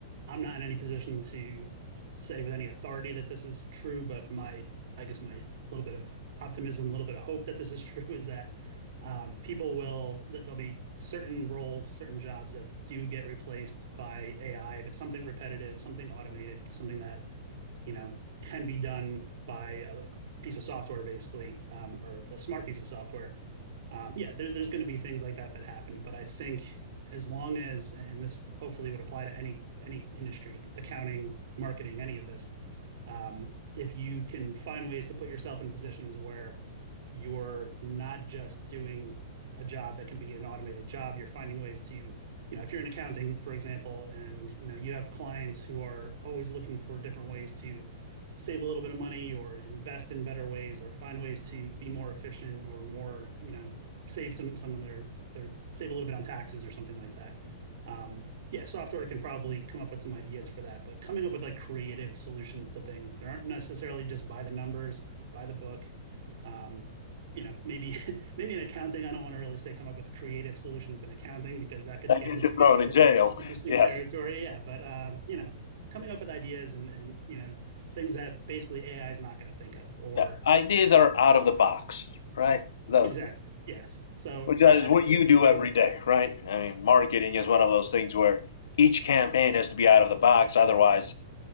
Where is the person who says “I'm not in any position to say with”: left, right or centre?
Right